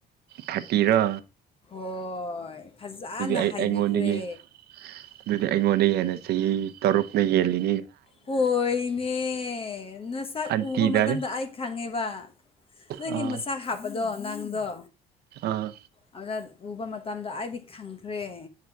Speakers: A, on the right; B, on the left.
A: ꯐꯥꯄꯤꯔ
B: ꯍꯣꯏ ꯐꯖꯅ
A: ꯑꯩ
B: ꯍꯥꯏꯕꯤꯈ꯭ꯔꯦ
A: ꯑꯩꯉꯣꯟꯗꯒꯤ ꯑꯗꯨꯗꯤ ꯑꯩꯉꯣꯟꯗ ꯍꯦꯟꯅ ꯆꯍꯤ ꯇꯔꯨꯛꯅ ꯍꯦꯜꯂꯤ
B: ꯀꯣꯏꯅꯦ ꯅꯁꯛ
A: ꯑꯟꯇꯤꯗꯔꯦ
B: ꯎꯕ ꯃꯇꯝꯗ ꯑꯩ ꯈꯪꯉꯦꯕ ꯅꯪꯒꯤ
A: ꯑꯥ
B: ꯃꯆꯥꯛ ꯍꯥꯞꯄꯗꯣ ꯅꯪꯗꯣ
A: ꯑꯥ
B: ꯑꯗꯨꯗ ꯎꯕ ꯃꯇꯝꯗ ꯑꯩꯗꯤ ꯈꯪꯈ꯭ꯔꯦ